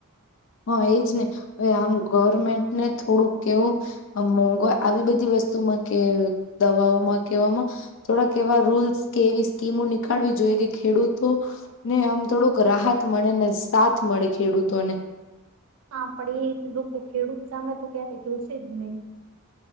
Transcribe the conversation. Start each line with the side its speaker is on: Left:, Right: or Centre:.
Left: હા એજ ને હવે આમ ગવર્મેન્ટને થોડુંક કેવું મોંઘ આવી બધી વસ્તુમાં કે દવાઓમાં કેવામાં થોડાક એવા રૂલ્સ કેવી કે હું નીકળવી જોઈએ કે ખેડૂતો ને આમ થોડુંક રાહત મળે ને સાથ મળે ખેડૂતોને
Right: હા પણ એ લોકો ખેડૂત સામે તો ક્યારે જોશે જ નહી